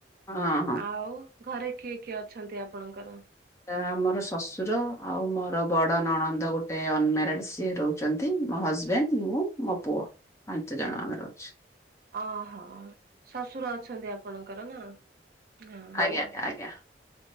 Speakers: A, on the left (about 15°); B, on the right (about 55°).
A: ହଁ ହଁ।
B: ଆଉ। ଘରେ କିଏ କିଏ ଅଛନ୍ତି ଆପଣଙ୍କର।
A: ଏ ଆମର ଶ୍ୱଶୁର ଆଉ ମୋର ବଡ ନଣନ୍ଦ ଗୋଟେ ଅନ ମ୍ୟାରେଡ ସିଏ ରହୁ ଛନ୍ତି ମୋ ହଜବେଣ୍ଡ ମୁଁ ମୋ ପୁଅ ପାଞ୍ଚ ଜଣ ଆମେ ରଉଛୁ।
B: ଅ ହ ଶଶୁର ଅଛନ୍ତି ଆପଣଙ୍କର ନା। ହଁ ହ
A: ଆଜ୍ଞା ଆଜ୍ଞା।